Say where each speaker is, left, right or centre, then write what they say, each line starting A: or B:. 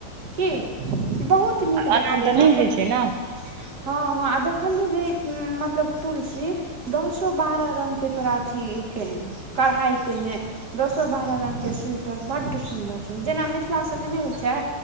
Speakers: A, on the right; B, on the right.
A: की बहुत नीक देखलियै
B: एना तऽ
A: तऽनसभ
B: नहि होइ छै
A: <unintelligible>
B: ने
A: हँ हँ आ देखलियै जे ई हुं मतलब तुलसी दसो बारऽ रंग के तोरा अथी के कढ़ाई केने दसो बारह रंग के स्वेटर बड्ड सुंन्दर जेना मिथिला सबमे नै होइ छै